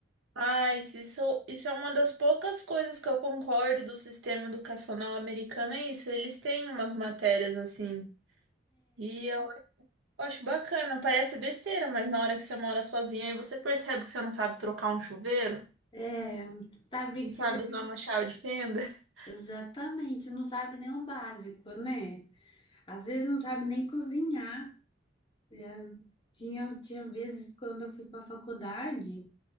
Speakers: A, on the right; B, on the left.
A: Mas isso, isso é uma das poucas coisas que eu concordo do sistema educacional americano, é isso. Eles têm umas matérias assim. E eu acho bacana. Parece besteira, mas na hora que você mora sozinho, aí você percebe que você não sabe trocar um chuveiro,
B: É, é, sabe
A: não sabe
B: que você
A: usar uma chave de fenda. <laughs>
B: exatamente não sabe nem o básico, né? Às vezes não sabe nem cozinhar. Já tinha, tinha vezes quando eu fui para a faculdade,